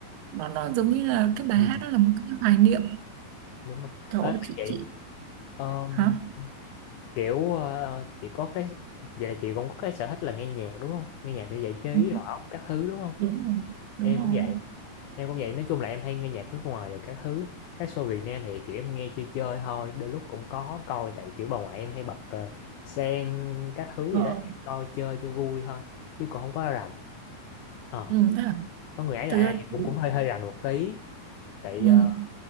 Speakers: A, on the right; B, on the left.
A: nó nó giống như là cái bài
B: Ừ.
A: hát đó là một cái hoài niệm
B: Đúng rồi.
A: trời
B: Ê,
A: ơi
B: mà
A: chị
B: chị,
A: chị
B: ờm,
A: hả
B: kiểu ờ, chị có cái... Vậy là chị cũng có cái sở thích là nghe nhạc đúng không? Nghe nhạc để giải trí,
A: Ừ,
B: rồi óc, các thứ đúng không?
A: đúng rồi đúng
B: Em
A: rồi
B: cũng vậy. Em cũng vậy, nói chung là em hay nghe nhạc nước ngoài rồi các thứ. Các show Việt Nam thì kiểu em nghe chơi chơi thôi, đôi lúc cũng có coi tại kiểu bà ngoại em hay bật ờ, sen các thứ
A: ờ,
B: gì đó, em coi chơi cho vui thôi, chứ còn không có rành. Ờ,
A: ừ, thế à?
B: có người ấy là
A: thực
B: ai
A: ra chị
B: cũng cũng hơi hơi rành một tí. Tại
A: ừ.
B: ờ,